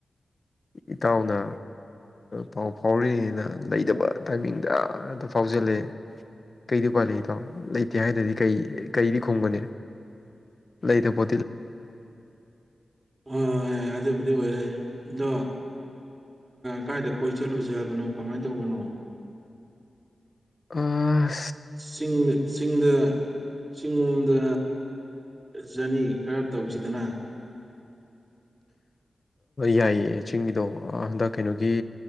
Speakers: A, on the left; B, on the right.
A: ꯏꯇꯥꯎꯅ ꯄꯥꯎ ꯐꯥꯎꯔꯤꯔꯤꯅꯤꯅ ꯂꯩꯇꯕ ꯇꯥꯏꯃꯤꯡꯗ ꯑꯝꯇ ꯐꯥꯎꯖꯜꯂꯦ ꯀꯩꯗꯤ ꯎꯄꯥꯏꯂꯩ ꯏꯇꯥꯎ ꯂꯩꯇꯦ ꯍꯥꯏꯗꯗꯤ ꯀꯩ ꯀꯩꯗꯤ ꯈꯨꯝꯕꯅꯤ ꯂꯩꯇꯕ ꯄꯣ
B: ꯍꯣꯍꯣꯏ ꯑꯗꯨꯕꯨꯗꯤ ꯑꯣꯏꯔꯦ ꯑꯗꯣ ꯀꯥꯏꯗ ꯀꯣꯏ ꯆꯠꯂꯨꯁꯦ ꯍꯥꯏꯕꯅꯣ ꯀꯃꯥꯏꯅ ꯇꯧꯕꯅꯣ
A: ꯑ
B: ꯆꯤꯡꯗ ꯆꯤꯡꯗ ꯆꯤꯡꯂꯣꯝꯗ ꯖꯔꯅꯤ ꯈꯔ ꯇꯧꯁꯤꯗꯅ
A: ꯌꯥꯏꯌꯦꯦ ꯆꯤꯡꯒꯤꯗꯣ ꯍꯟꯗꯛ ꯀꯩꯅꯣꯒꯤ